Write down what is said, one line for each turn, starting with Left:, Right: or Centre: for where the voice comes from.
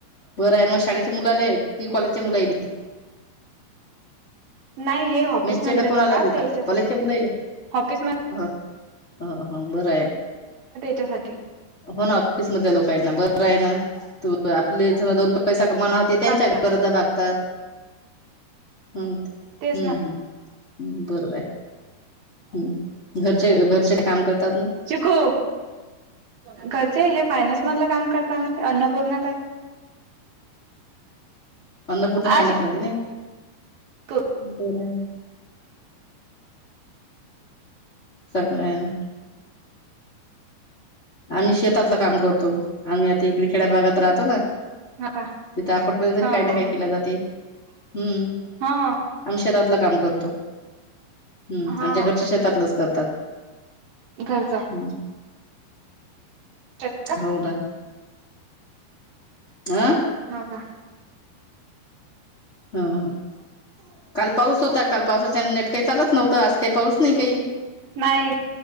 Left: बरं आहे मग शाळेच्या मुलाले. की कॉलेजचे मुल येत ती.
Right: नाही हे. ऑफिस
Left: मेसच्या
Right: मधले
Left: डबा कोणाला
Right: लोक आहेत
Left: देता
Right: त्याच्यासाठी
Left: कॉलेजच्या मुलाले?
Right: ऑफिस म
Left: ह हा बरं आहे म
Right: त्यासाठी
Left: हो ना ऑफिस मधल्या लोक आहेत ना बरं आहे ना. त आपले जव दोन पैसा कमावणार ते त्यांच्या
Right: पाच
Left: गरजा भागतात. हम् हम्म
Right: तेच ना
Left: हम्म हम् बर बाय. हम् घरचे घरचे काम करतात म?
Right: शिकू, घरचे हे फायनान्स मधलं काम करताना ते अन्नपूर्ण आहे.
Left: अन्नपूर्णा फायनान्स
Right: आ
Left: मध्ये नाही.
Right: चिकू
Left: बर आहे. चांगलं आहे ना. आम्ही शेतातलं काम करतो. आम्ही आता इकडे खेड्या भागात राहतो ना.
Right: हा पा
Left: तिथं आकोट मध्ये तरी
Right: हा
Left: काही ना
Right: हा
Left: काही केल्या जाते हम्म.
Right: हा
Left: आम्ही शेतातलं काम करतो हम्म
Right: हा
Left: आमच्या घरच्या शेतातलंच करतात.
Right: घरचं.
Left: ह
Right: का
Left: हो ना. आ
Right: हो का.
Left: हा हा काल पाऊस होता काल पावसाच्या नेट काही चालत नव्हतं आज काही पाऊस नाही काही
Right: नाही